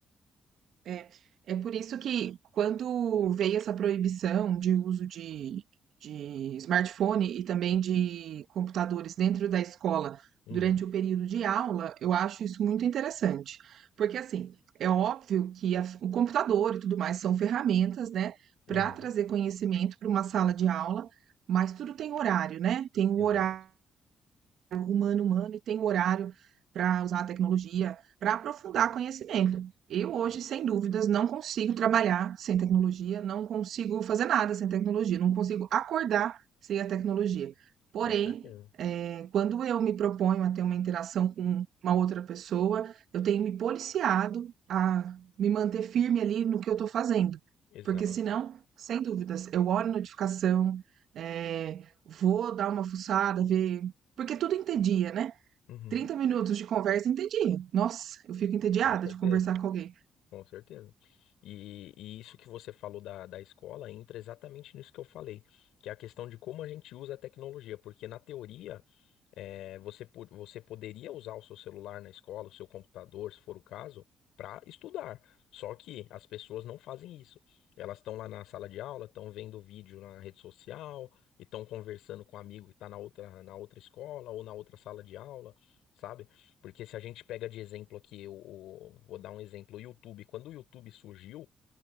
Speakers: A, on the right (about 70°); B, on the left (about 85°).
A: É, é por isso que quando veio essa proibição de uso de, de smartphone e também de computadores dentro da escola
B: Uhum,
A: durante o período de aula, eu acho isso muito interessante. Porque, assim, é óbvio que a- o computador e tudo mais são ferramentas, né,
B: uhum,
A: para trazer conhecimento para uma sala de aula, mas tudo tem horário, né? Tem um
B: exato.
A: horário diálogo humano-humano e tem um horário para usar a tecnologia, para aprofundar conhecimento. Eu hoje,
B: Isso,
A: sem dúvidas, não consigo trabalhar sem tecnologia, não consigo fazer nada sem tecnologia, não consigo acordar sem a tecnologia. Porém,
B: com certeza.
A: é, quando eu me proponho a ter uma interação com uma outra pessoa, eu tenho me policiado a me manter firme ali no que eu estou fazendo.
B: Exato.
A: Porque senão, sem dúvidas, eu olho notificação, eh, vou dar uma fuçada, ver. Porque tudo entedia, né?
B: Uhum,
A: trinta minutos de conversa entedia. Nossa, eu fico entediada
B: com certeza.
A: de conversar com alguém.
B: Com certeza. E, e isso que você falou da, da escola entra exatamente nisso que eu falei, que é a questão de como a gente usa a tecnologia, porque na teoria é, você, po- você poderia usar o seu celular na escola, o seu computador, se for o caso, para estudar. Só que as pessoas não fazem isso. Elas estão lá na sala de aula, estão vendo vídeo na rede social e estão conversando com um amigo que está na outra, na outra escola ou na outra sala de aula. sabe? Porque se a gente pega de exemplo aqui, o, o- vou dar um exemplo, o YouTube. Quando o YouTube surgiu,